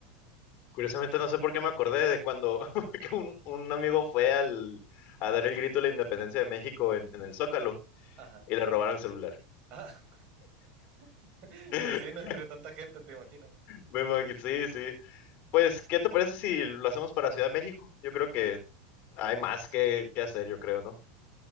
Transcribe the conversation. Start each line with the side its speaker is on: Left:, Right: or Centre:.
Left: Curiosamente
Right: Entonces,
Left: no sé por qué me acordé de cuando <laughs> que un, un amigo fue al, a dar el grito de la independencia de México en, en el Zócalo
Right: ajá.
Left: y le robaron el celular.
Right: Ah, <laughs>
Left: <laughs>
Right: pues sí, no entre tanta gente, te imaginas.
Left: Me imagino, sí, sí.
Right: Ujú.
Left: Pues, ¿qué te parece si lo hacemos para Ciudad de México? Yo creo que hay más que, que hacer, yo creo, ¿no?